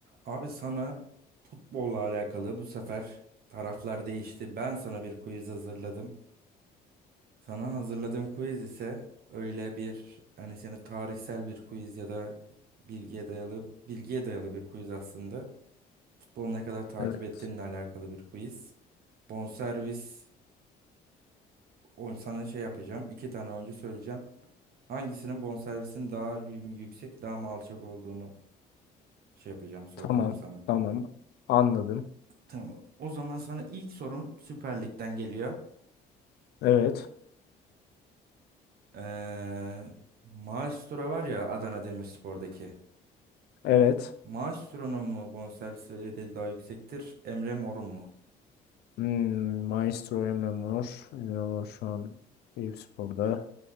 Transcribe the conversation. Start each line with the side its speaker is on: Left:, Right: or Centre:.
Right: Abi sana futbolla alakalı bu sefer taraflar değişti. Ben sana bir quiz hazırladım. Sana hazırladığım quiz ise öyle bir hani seni tarihsel bir quiz ya da bilgiye dayalı bilgiye dayalı bir quiz aslında. Futbolu ne kadar takip
Left: Evet.
Right: ettiğinle alakalı bir quiz. Bonservis o- sana şey yapacağım. İki tane oyuncu söyleyeceğim. Hangisinin bonservisinin daha y- yüksek, daha mı alçak olduğunu şey yapacağım, soracağım
Left: Tamam.
Right: sana.
Left: Tamam. Anladım.
Right: Tamam. O zaman sana ilk sorum Süper Lig'den geliyor.
Left: Evet.
Right: Ee, Maestro var ya Adana Demirspor'daki.
Left: Evet.
Right: Maestro'nun mu bonservis bedeli daha yüksektir? Emre Mor'un mu?
Left: Hmm, Maestro Emre Mor. Emre Mor şu an Eyüp Spor'da.